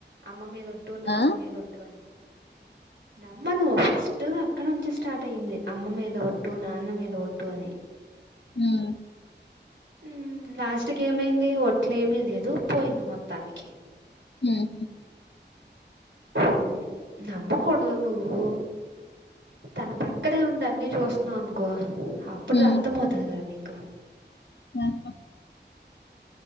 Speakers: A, on the right; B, on the left.
A: అమ్మ మీద ఒట్టు నాన్న
B: ఆ
A: మీదొట్టు అని నమ్మను ఫస్ట్ అక్కడ నుంచే స్టార్ట్ అయింది అమ్మ మీద ఒట్టు నాన్న మీద ఒట్టు అని
B: మ్
A: మ్ లాస్ట్ కేమైంది ఒట్లేమీ లేదు పోయింది మొత్తానికి
B: మ్ హు
A: మ్ నమ్మకూడదు నువ్వు తన పక్కనే ఉండి అన్ని చూస్తున్నావ్ అనుకో అప్పుడే
B: ఉమ్
A: అర్థమవతాది కదా నీకు
B: ఆహా